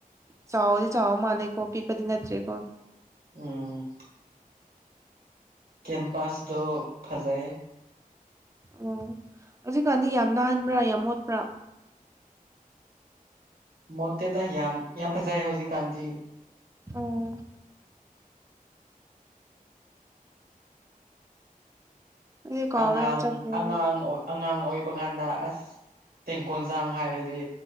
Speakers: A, on the right (about 20°); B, on the right (about 85°).
A: ꯆꯥꯎꯗꯤ ꯆꯥꯎꯕ ꯃꯥꯜꯂꯦꯀꯣ ꯄꯤꯛꯄꯗꯤ ꯅꯠꯇ꯭ꯔꯦꯀꯣ
B: ꯎꯝ ꯀꯦꯝꯄꯁꯗꯣ ꯐꯖꯩꯌꯦ
A: ꯑꯣ ꯍꯧꯖꯤꯛꯀꯥꯟꯗꯤ ꯌꯥꯝ ꯅꯥꯟꯕ꯭ꯔꯥ ꯌꯥꯝ ꯃꯣꯠꯄ꯭ꯔꯥ
B: ꯃꯣꯠꯇꯦꯗ ꯌꯥꯝ ꯌꯥꯝ ꯐꯖꯩꯏ ꯍꯧꯖꯤꯛ ꯀꯥꯟꯗꯤ
A: ꯎꯝ ꯑꯩꯗꯤ ꯀꯥꯎꯔꯦ
B: ꯑꯉꯥꯡ
A: ꯆꯠꯇ꯭ꯔꯦꯕ
B: ꯑꯉꯥꯡ ꯑꯣꯏ ꯑꯉꯥꯡ ꯑꯣꯏꯕ ꯀꯥꯟꯗ ꯑꯁ ꯇꯦꯡꯀꯣꯟꯖꯥꯡ ꯍꯥꯏꯔꯗꯤ